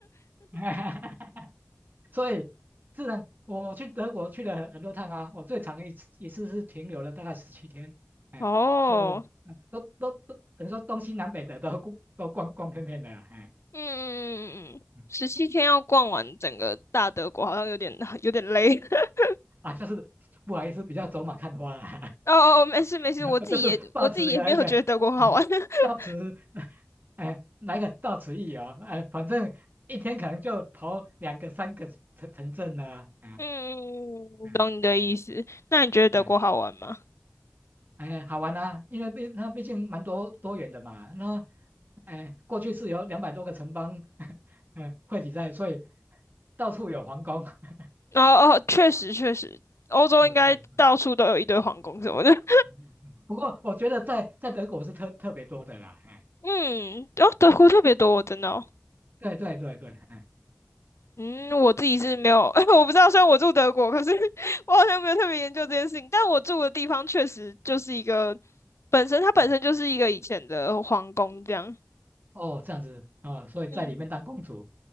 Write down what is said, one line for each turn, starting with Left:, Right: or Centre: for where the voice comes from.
Right: <laughs> 所以，自然我去德国去了很很多趟啊，我最长一次一次是停留了大概十七天，哎，
Left: <laughs> 哦，
Right: 就嗯都都都等于说东西南北的都 <laughs> 逛都逛逛遍遍的啊哎，
Left: 嗯嗯嗯嗯，
Right: 嗯
Left: 十七天要逛完整个大德国，好像有点有点累。<laughs>
Right: 啊，就是不好意思，比较走马看花啦。
Left: 哦哦，哦没事没事，
Right: <laughs>
Left: 我自己也我自己也没有觉得德国好玩。
Right: 就是抱持个一个 <laughs>
Left: <laughs>
Right: 抱持，到此哎，来个到此一游，哎，反正一天可能就跑两个、三个城城镇了，啊，
Left: 嗯，
Right: 嗯，
Left: 懂你的意思。那你觉得德国好玩吗？
Right: 对，哎，好玩啊，因为毕它毕竟蛮多多元的嘛，那哎，过去是有两百多个城邦，<laughs> 嗯，汇集在，所以到处有皇宫，<laughs>
Left: 哦哦，确实确实，欧洲应该到处都有一堆皇宫什么的。
Right: 是是是，嗯
Left: <laughs>
Right: 嗯嗯不过我觉得在在德国是特特别多的啦，哎，
Left: 嗯，哦，德国特别多，我真的哦。
Right: 对对对对，哎。
Left: 嗯，我自己是没有，<laughs> 我不知道，虽然我住德国，可是 <laughs> 我好像没有特别研究这件事情。但我住的地方确实就是一个，本身它本身就是一个以前的皇宫这样。
Right: 嗯哦，这样子哦，所以在里面当公主，
Left: 嗯，